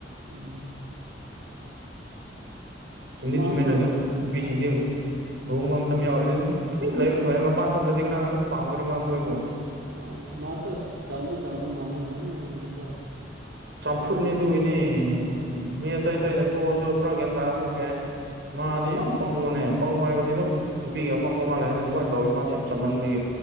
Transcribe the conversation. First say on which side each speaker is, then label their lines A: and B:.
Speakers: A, on the right (about 80°); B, on the right (about 65°).
A: ꯎꯝ
B: ꯆꯨꯝꯗꯤ
A: ꯃꯥꯁꯨ
B: ꯆꯨꯝꯃꯤꯟꯅ ꯑꯗꯨ ꯅꯨꯄꯤꯁꯤꯡꯗꯤ
A: ꯍꯣꯏ
B: ꯂꯨꯍꯣꯡꯕ ꯃꯇꯝ ꯌꯥꯎꯔꯗꯤ ꯇꯨꯃꯤꯟꯅ ꯂꯩꯔꯝ ꯂ ꯃꯄꯥꯟ ꯊꯣꯛꯈ꯭ꯔꯗꯤ ꯀꯅꯥꯅ ꯑꯃꯨꯛꯀ ꯄꯥꯝꯈ꯭ꯔꯥ ꯃꯣꯏꯕꯨ
A: ꯍ ꯃꯥꯁꯨ ꯆꯝꯗꯤ ꯆꯝꯕ ꯃꯥꯂꯦꯅꯦ ꯑꯗꯨꯝꯥꯏꯩꯅꯣ
B: ꯆꯝꯐꯨꯠꯅꯤ ꯑꯗꯨꯒꯤꯅꯤ ꯃꯤ ꯑꯇꯩ ꯑꯇꯩꯅ ꯊꯣꯛꯑꯁꯨ ꯈꯔ ꯒꯌꯥꯟ ꯇꯥꯔ ꯊꯣꯛꯄ ꯌꯥꯏ ꯃꯥꯅꯤ
A: ꯎꯝ
B: ꯌꯥꯝ ꯄꯪꯕꯅꯦ ꯑꯄꯪꯕ ꯍꯥꯏꯕꯗꯤ ꯑꯗꯨꯝ ꯅꯨꯄꯤꯒ ꯑꯄꯪꯕ ꯃꯥꯜꯂꯦꯅ ꯑꯗꯨꯃꯥꯏꯅ ꯇꯧꯋꯤ ꯃꯥꯗꯤ ꯌꯥꯝ ꯆꯝꯃꯟꯕꯒꯦ